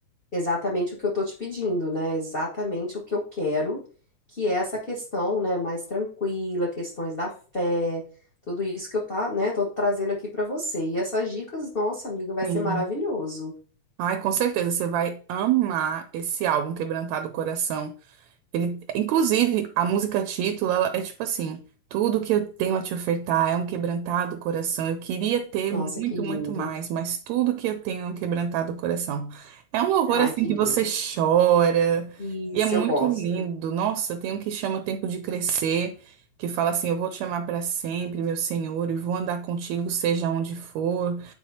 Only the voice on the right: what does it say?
Sim.
Ai, com certeza você vai amar esse álbum Quebrantado Coração. Ele, inclusive, a música título, ela é tipo assim: tudo que eu tenho a te ofertar é um quebrantado coração. Eu queria ter
muito,
muito mais, mas tudo que eu tenho é um quebrantado coração. É um horror
assim
que
você chora
e é muito
lindo. Nossa, tem um que chama Tempo de Crescer, que fala assim: eu vou te chamar para sempre, meu Senhor, e vou andar contigo, seja onde for.